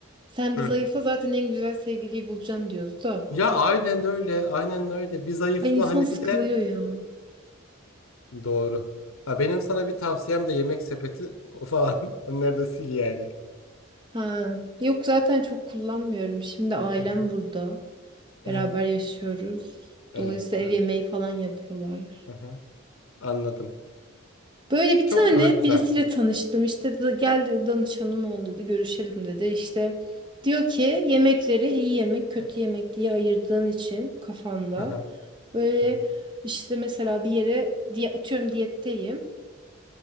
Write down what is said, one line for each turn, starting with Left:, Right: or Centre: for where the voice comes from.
Right: sen bir
Left: Hı
Right: zayıfla zaten en güzel sevgiliyi bulacaksın diyordu da.
Left: Ya aynen öyle, aynen öyle. Bir zayıfla
Right: Ay insan
Left: hani
Right: sıkılıyor
Left: bir de
Right: ya.
Left: doğru. Ha, benim sana bir tavsiyem de yemek sepeti o falan. <laughs> Onları da sil yani.
Right: Ha. Yok zaten çok kullanmıyorum. Şimdi ailem
Left: Hı hı,
Right: burada. Beraber
Left: hı hı.
Right: yaşıyoruz.
Left: Evet,
Right: Dolayısıyla
Left: evet.
Right: ev yemeği falan yapıyorlar.
Left: Hı hı. Anladım.
Right: Böyle bir
Left: Çok
Right: tane
Left: daha güzel.
Right: birisiyle tanıştım. İşte da- geldi danışanım oldu dedi. Görüşelim dedi. İşte diyor ki yemekleri iyi yemek, kötü
Left: Hı hı,
Right: yemek diye ayırdığın için kafanda
Left: hı hı,
Right: böyle
Left: hı hı,
Right: işte mesela bir yere diye atıyorum diyetteyim.